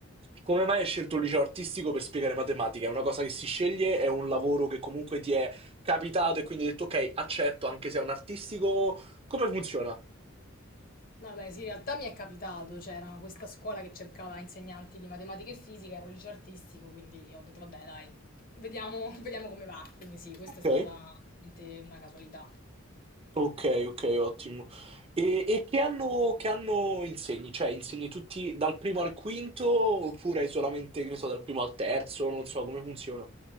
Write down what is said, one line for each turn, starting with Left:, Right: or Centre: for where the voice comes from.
Right: come mai hai scelto il liceo artistico per spiegare matematica? È una cosa che si sceglie, è un lavoro che comunque ti è capitato e quindi hai detto, ok, accetto anche se è un artistico, come funziona?
Left: No, beh, sì, in realtà mi è capitato, c'era questa scuola che cercava insegnanti di matematica e fisica, ero un liceo artistico, quindi ho detto, vabbè, dai, vediamo, <laughs> vediamo come va. Quindi sì, questa
Right: Ok.
Left: è stata veramente una casualità.
Right: Okay, okay, ottimo. E e che anno che anno insegni? Cioè, insegni tutti dal primo al quinto oppure hai solamente, che ne so, dal primo al terzo? Non so come funziona.